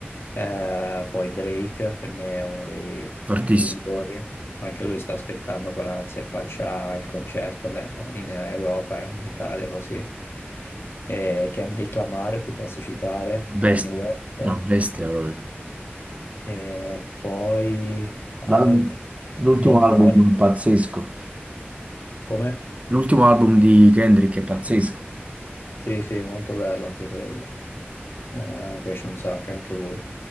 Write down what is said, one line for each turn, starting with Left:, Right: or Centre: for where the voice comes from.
Left: Eh, poi Drake per me è uno dei
Right: fortissimo,
Left: migliori, anche lui sta aspettando con ansia, faccia il concerto ne- in Europa, eh, in Italia così. E Kendrick Lamar ti posso citare, Kanye
Right: bestia,
Left: West,
Right: una bestia proprio.
Left: e poi altri,
Right: L'al- L'ultimo
Left: Don
Right: album
Left: Toliver,
Right: pazzesco.
Left: come?
Right: L'ultimo album di Kendrick è pazzesco.
Left: Sì, sì, molto bello anche quello. Eh, mi piace un sacco anche lui.